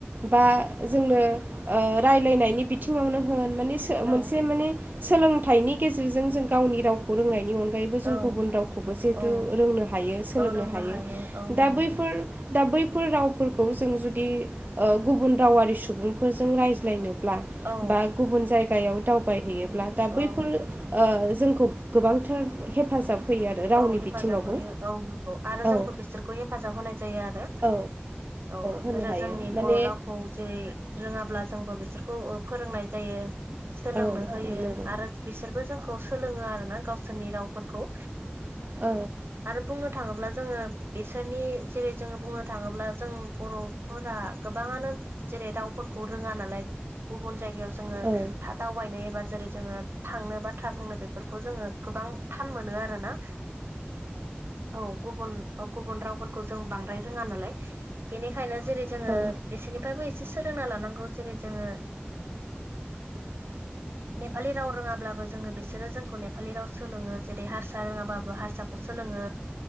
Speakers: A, on the right; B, on the right.
A: बा जोंनो ओ रायलायनायनि बिथिङावनो होन माने मोनसे
B: औ
A: माने सोलोंथाइनि गेजेरजों जों गावनि रावखौ रोंनायनि अनगा गायैबो जों
B: औ
A: गुबुन रावखौबो जिहेथु
B: औ
A: रोंनो हायो सोलोंनो
B: औ रोंनो
A: हायो
B: औ नंगौ
A: दा बैफोर दा बैफोर रावफोरखौ जों जुदि ओ गुबुन रावारि सुबुंफोरजों रायज्लायनो ब्ला
B: औ
A: बा गुबुन जायगायाव दावबायहैयोब्ला दा बैफोर
B: औ
A: ओ जोंखौ गोबांथार हेफाजाब होयो आरो रावनि
B: औ हेफाजाब
A: बिथिङावबो
B: होयो औ नंगौ आरो
A: औ
B: जोंबो बिसोरखौ हेफाजाब होनाय जायो आरो
A: औ
B: औ
A: होनो
B: आरो
A: हायो
B: जोंनि
A: माने
B: बर' रावखौ जेरै रोङाब्ला जोंबो बिसोरखौ फोरोंनाय जायो सोलोंनो
A: औ
B: होयो
A: नंगौ
B: आरो बिसोरबो जोंखौ सोलोङो आरोना गावसोरनि रावफोरखौ
A: औ
B: आरो बुंनो थाङोब्ला जोङो बिसोरनि जेरै जोङो बुंनो थाङोब्ला जों बर'फोरा गोबाङानो जेरै दावफोरखौ रोङा नालाय गुबुन जायगायाव जोङो
A: औ
B: दावबायनो एबा जेरै जोङो थांनो बाथ्रा बुंनो बेफोरखौ जोङो गोबां थान मोनो आरोना औ गुबुन गुबुन रावफोरखौ जों बांद्राय रोङा नालाय बेनिखायनो जेरै जोङो
A: औ
B: बिसोरनिफ्रायबो एसे सोलोंना लानांगौ जेरै जोङो नेपालि रोङाब्लाबो जोङो बिसोरो जोंखौ नेपालि राव सोलोङो जेरै हारसा रोङा बाबो हारसाखौ सोलोङो